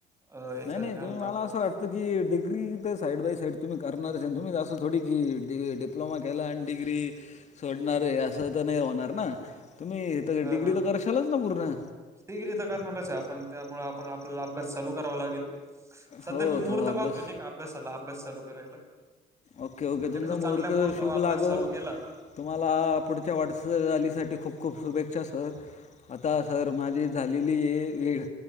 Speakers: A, on the right; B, on the left.
A: अ याच
B: नाही
A: काय
B: नाही तुम्ही
A: म्हणत
B: मला
A: आपण
B: असं वाटतं डिग्री तर साईड बाय साईड तुम्ही करणार असेल तुम्ही जासं थोडी की डिप्लोमा केला, आणि डिग्री सोडणारे, असं त नाही होणार ना. तुम्ही त
A: ह
B: डग्री
A: हा
B: त करराशलच ना प पुर्ण.
A: डिग्री तर करणारचे आपण. त्यामुळे आपण आपल्याला अभ्यास चालू करावा लागेल. सध्या
B: हो
A: मी मुहूर्त
B: तो
A: पाहतोय
B: अभ्यास
A: नाही का, अभ्यासाला, अभ्यास चालू करायला.
B: ओके ओके,
A: म्हणजे
B: तुमचा
A: कसं
B: मुहूर्त
A: चांगल्या मुहूर्तावर
B: शुभ
A: अभ्यास
B: लागो.
A: चालू केला
B: तुम्हाला, पुढच्या वाटचालीसाठी खूप खूप शुभेच्छा सर. आता सर माझी झालेल्या, वेळ.